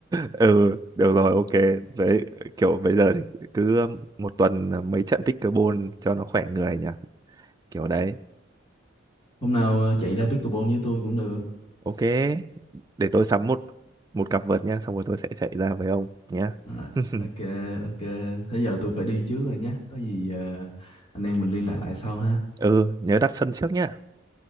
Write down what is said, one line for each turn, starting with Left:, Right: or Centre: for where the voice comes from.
Right: ừ được rồi ok đấy kiểu bây giờ thì cứ um, một tuần là mấy trận pickleball cho nó khỏe người nhỉ kiểu đấy
Left: hôm nào ờ, chạy ra pickleball với tôi cũng được
Right: ok để tôi sắm một một cặp vợt nhá xong rồi tôi sẽ chạy ra với ông nhá
Left: à,
Right: <laughs>
Left: ok ok thế giờ tôi phải đi trước rồi nhé có gì ờ, anh em mình liên lạc lại sau ha
Right: ừ nhớ đặt sân trước nhá